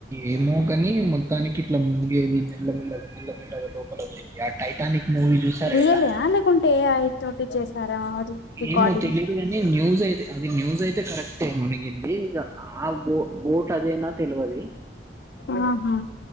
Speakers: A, on the right; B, on the left.
A: ఏమో కాని మొత్తానికి ఇట్లా మునిగేది మెల్ల మెల్లగ మెల్ల మెల్లగ లోపల పోయేది టైటానిక్ మూవీ చూసారు
B: రియాల్
A: కదా
B: అ లేకుంటే ఏఐ తోటి చేసారా అది రికార్డింగ్
A: ఏమో తెలీదు కానీ న్యూస్ అయితే అది న్యూస్ అయితే కరెక్టే మునిగింది ఇక ఆ బో బోట్ అదేనా తెలవది
B: ఆహా